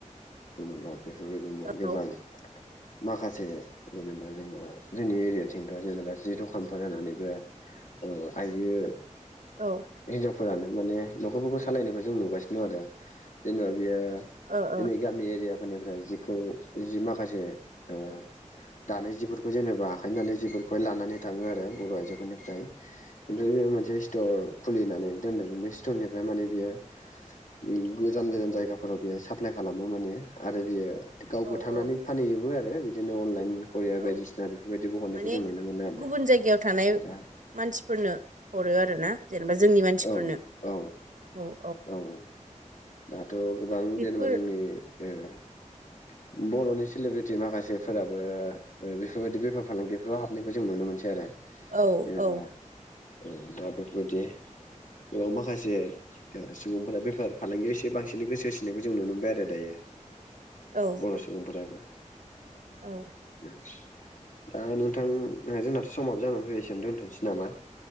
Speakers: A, on the left; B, on the right.
A: जेनेबा बेफोरबायदिनो गोबां
B: औ
A: माखासे जेनेबा जोङा जोंनि एरियाथिंथ जेनेबा जि दखानफोर जानानैबो ओ आइयो
B: औ
A: फोरानो माने नखरफोरखौ सालायनायखौ जों नुगासिनो दं आरो जेनेबा बेयो
B: ओ
A: दिनै गामि एरियाफोरनिफ्राय जिखौ जि माखासे ओ दानाय जिफोरखौ जेनेबा आखायनि जिफोरखौहाय लानानै थाङो आरो बर आइजोफोरनिफ्राय ओमफ्राय बे मोन मोनसे स्टर खुलिनानै दोनदों बेै स्टरनिफ्राय माने बियो उ गोजान गोजान जायगाफोराव बे साप्लाय खालामो माने आरो बे गावबो
B: औ
A: थांनानै
B: औ
A: फानहैयोबो आरो बिदिनो अनलाइन करिया
B: औ
A: बायदिसिना बेफोरबायदिबो हरनायखौ
B: माने
A: जों नुनो मोनो आरो
B: गुबुन
A: ना
B: जायगायाव थानाय
A: दा
B: मानसिफोरनो हरो आरो ना जेनेबा जोंनि मानसिफोरनो
A: औ औ
B: औ
A: औ औ दाथ गोबां
B: बेफोर
A: जेनेबा जोंनि ओ बरनि सेलिब्रिटि माखासेफोराबो बेफोरबायदि बेफार फालांगिफोराव हाबनायखौ जों नुनो मोनसै आरो
B: औ
A: जेनेबा
B: औ
A: औ दा बेफोरबायदि गोबां माखासे दो सुबुंफोरा बेफार फालांगियाव एसे बांसिनै गोसो होनायखौ जों नुनो मोनबाय आरो दायो
B: औ
A: बर सुबुंफोराबो
B: औ
A: बे दा नोंथां जोंनाथ समाबो जानानै फैबाय एसेनो दोनथनोसै नामा